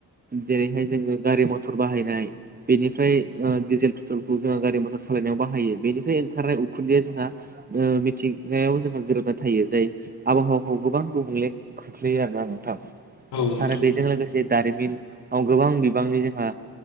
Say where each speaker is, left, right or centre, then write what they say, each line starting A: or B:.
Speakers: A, on the right; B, on the left.
A: जेरैहाय जोङो गारि मथर बाहायनाय बेनिफ्राय ओ डिजेल पेट्रलखौ जोंहा गारि मटर सालायनायाव बाहायो बेनिफ्राय ओंखारनाय उखुन्दैया जोंहा ओ मिथिंगायाव जोङो गोरोबना थायो जाय आबहावाखौ गोबां गुबुंले खोख्लैयो आरोना नोंथां।
B: नोंथां औ नोंथां
A: आरो बेजों लोगोसे दारिमिनाव गोबां बिबांनि जोंहा